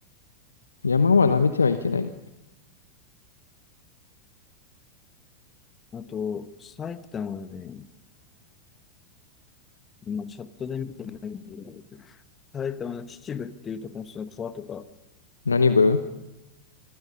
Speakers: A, on the left (about 75°); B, on the left (about 20°).
A: 山は舐めてはいけない。
B: あと、埼玉はね、今チャットで見てないんだけど、埼玉の秩父っていうところのその川とか、
A: 何部